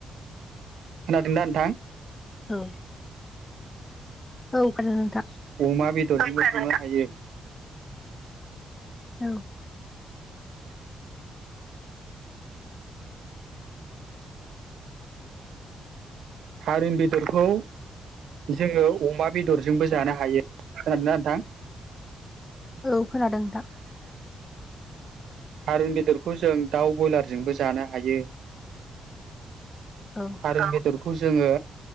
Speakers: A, on the right; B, on the left.
A: खोनादों दा नोंथां
B: औ औ खोनादों नोंथा
A: अमा बेदरजोंबो सनो हायो।
B: औ
A: थारुन बेदरखौ जोङो अमा बेद बेदरजोंबो जानो हायो खोनादोना? थां
B: औ खोनादों नोंथां
A: थारुन बेदरखौ जों दाउ ब्रयलारजोंबो जानो हायो
B: औ
A: थारुन बेदर खौ जोङो